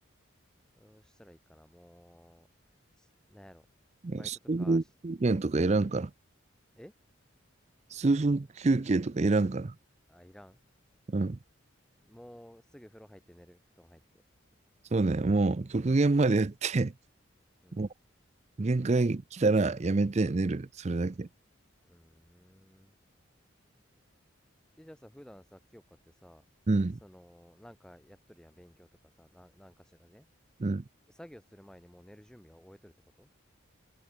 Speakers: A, in the centre; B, on the right (about 35°).
A: どうしたらいいかなもうしなんやろバイトとかし
B: ね数分休憩とかいらんから。
A: え
B: 数分休憩とかいらんから。
A: あいらん
B: うん。
A: もうすぐ風呂入って寝る布団入って
B: そうね。もう極限までやって、<laughs>
A: うん
B: もう限界来たらやめて寝る。それだけ。
A: うーんえじゃあさ普段さ清香ってさそのなんかやっとるやん勉強とかさな、
B: うん。
A: なんかしらね
B: うん。
A: 作業する前にもう寝る準備は終えとるってこと